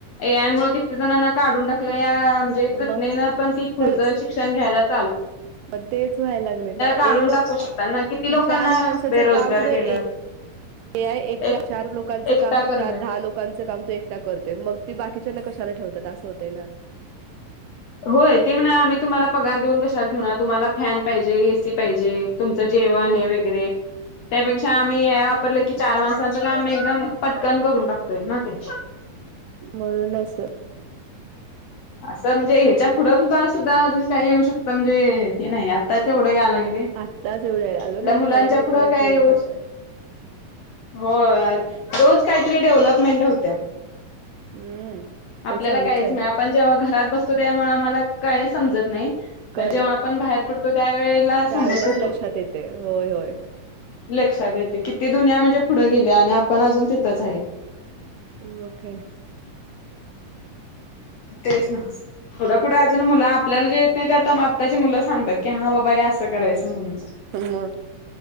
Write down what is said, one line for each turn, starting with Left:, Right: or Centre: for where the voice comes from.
Left: ए आय मुळ किती जणांना काढून टाकलं या म्हणजे घटनेनं
Right: मग
Left: पण ती पुढचं
Right: काय
Left: शिक्षण घ्यायल्यात
Right: मग तेच व्हायला लागलय
Left: काढून
Right: एक
Left: टाकू शकतात ना किती लोकांना
Right: चार माणसाच
Left: बेरोजगार
Right: काम तो
Left: केलं
Right: ए ए आय एकटा
Left: एक
Right: चार लोकांच
Left: एकटा
Right: काम
Left: करलय
Right: चार दहा लोकांच काम तो एकटा करतोय मग ते बाकीच्याना क कशाला ठेवतात असं होतय ना.
Left: होय ते म्हणा आम्ही तुम्हाला पगार देऊन कशाला ठेवणार तुम्हाला फॅन पाहिजे, एसी पाहिजे, तुमचं जेवण
Right: मग
Left: हे वगैरे, त्यापेक्षा आम्ही ए आय वापरलं की चार मानसां काम एकदम पटकन करून टाकतोय ना ते
Right: म्हणून असं
Left: आ समज हे च्या पुढं सुद्धा सुद्धा अजून काही येऊ शकतं म्हणजे हे नाही आत्ता तेव या लागलय, आपल्या
Right: आत्ताच एवढे अजून आणि
Left: मुलांच्या
Right: नवीन टेक्नॉलॉजी
Left: पुढं काय
Right: येत
Left: यु
Right: जात आहे.
Left: होय रोज काहीतरी डेव्हलपमेंट होत्या.
Right: हम्म
Left: आपल्याला
Right: ते चालूच
Left: कायच
Right: आहे
Left: नाही, आपण जेव्हा घरात बसतो आमाला काय समजत नाही,
Right: कळले
Left: पण जेव्हा आपण बाहेर पड त्यावेळेला
Right: त्यावेेळेलाच
Left: समजत
Right: लक्षात
Left: की
Right: येते होय होय
Left: लक्षात येतेय, किती दुनिया म्हणजे पुढे गेल्या आणि आपण अजून तिथंच हाय.
Right: हं मग काय
Left: तेच ना. थोडं पुढं अजून मुलं आपल्याला जे येत नाही ते आता आत्ताची मुलं सांगतात की हा बाबा हे अस करायचं म्हण
Right: मग